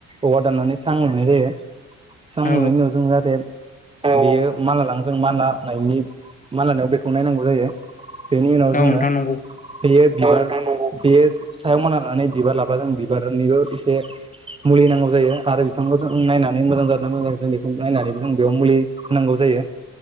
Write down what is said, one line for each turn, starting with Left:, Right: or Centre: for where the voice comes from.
Right: औवा दाननानै सां लुनाय जायो सां
Left: औ
Right: लुनायनि उनाव जों जाहाथे बेयो मानला लाङो जों मानलानायनि मानलानायाव बेखौ नायनांगौ जायो बेनि उनाव
Left: औ
Right: जोङो
Left: नोंथां नंगौ
Right: बेयो बिबार बेयो सायाव मानलानानै बिबार लाबा जों बिबारनिबो एसे मुलि नांगौ जायो आरो बिथांखौ जों नायनानै मोजां जादोंना मोजां जायाखै जों बेखौ नायनानैबो जों बेयाव मुलि होनांगौ जायो-